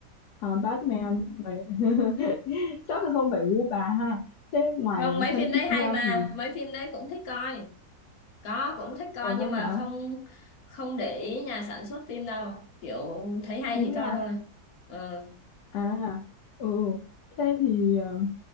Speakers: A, on the left (about 80°); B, on the left (about 65°).
A: à, Batman vậy. <laughs> chắc là không phải gu bà ha thế ngoài
B: không mấy
A: xem
B: phim đấy
A: phim
B: hay
A: ra
B: mà
A: thì
B: mấy phim đấy cũng thích coi có cũng thích coi
A: ủa vậy
B: nhưng
A: hả
B: mà không không để ý nhà sản xuất phim đâu kiểu thấy hay
A: ý
B: thì
A: là
B: coi thôi ờ
A: à ừ thế thì ờ,